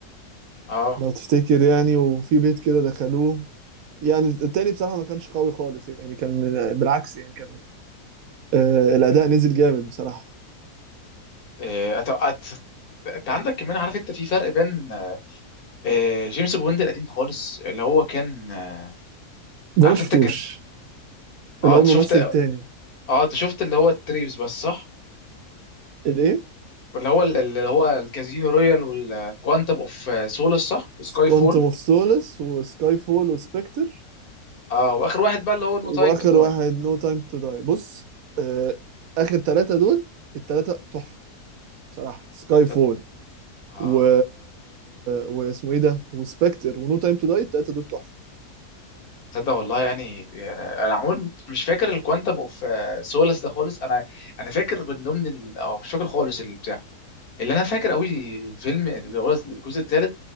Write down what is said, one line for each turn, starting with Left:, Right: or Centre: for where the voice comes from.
Left: اه
Right: لو تفتكر يعني وفي بيت كده دخلوه يعني التاني بصراحة ما كانش قوي خالص يعني كان من- بالعكس يعني كان آه الأداء نزل جامد بصراحة
Left: إيه، أت... أت... انت عندك كمان عارف انت في فرق بين آه، جيمس بوند القديم خالص اللي هو كان آه،
Right: ده
Left: عارف
Right: ما شفتوش
Left: انت كان اه
Right: اللي هو
Left: انت
Right: الممثل
Left: شفت اه
Right: التاني
Left: انت شفت اللي هو التريوس بس صح
Right: الإيه؟
Left: واللي هو ال- اللي هو الكازينو رويال والكوانتم اوف سولس صح وسكاي
Right: كوانتم
Left: فول
Right: اوف سولس وسكاي فول وسبكتر
Left: اه واخر واحد بقى اللي هو
Right: وآخر
Left: نو تايم تو داي
Right: واحد نو تايم تو داي بص آه آخر ثلاثة دول الثلاثة تحفة بصراحة سكاي
Left: تصدق
Right: فول
Left: اه
Right: و... واسمه إيه ده؟ وسبكتر ونو تايم تو داي الثلاثة دول تحفة
Left: تصدق والله يعني يعني انا عمري مش فاكر الكوانتم اوف آه، سولس ده خالص انا انا فاكر من ضمن ال... اه مش فاكر خالص البتاع اللي انا فاكر قوي فيلم اللي هو الجزء الثالث